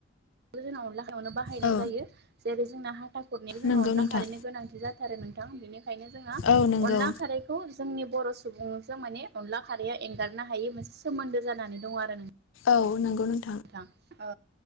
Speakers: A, on the right (about 55°); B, on the left (about 80°).
A: बो जोंना अनला खारैयानो बाहायनाय
B: औ
A: जायो जेरै जोंना हाथा खुरनायखौ जोंना
B: नंगौ
A: अनला
B: नोंथां
A: खारैनो गोनांथि जाथारो नों थां बेनिखायनो जोङो
B: औ नंगौ
A: अनला खारै खौ जोंनि बर' सुबुंजों माने अनला खारैया एंगारनो हायै मोनसे सोमोन्दो जानानै दं आरो नों
B: औ नंगौ नों
A: थां। ओ